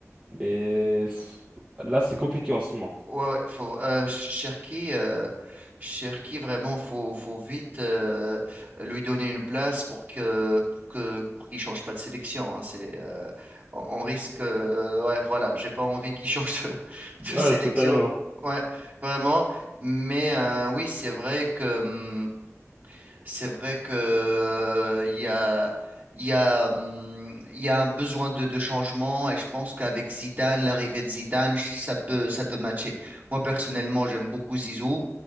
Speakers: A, on the right (about 25°); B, on the right (about 40°).
A: Mais pff, là, c'est compliqué en ce moment.
B: Ouais, ouais, faut, euh, Cherki, euh, Cherki, vraiment, faut, faut vite euh, lui donner une place pour que, pour que, pour qu'il change pas de sélection. hein. C'est, euh, on, on risque, euh, ouais, voilà, j'ai pas envie qu'il change de, <laughs>
A: Ouais,
B: de sélection.
A: totalement.
B: Ouais, vraiment. Mais euh, oui, c'est vrai que. hum, c'est vrai que, euh, il y a, il y a, hum, il y a un besoin de, de changement et je pense qu'avec Zidane, l'arrivée de Zidane, ça peut, ça peut matcher. Moi, personnellement, j'aime beaucoup Zizou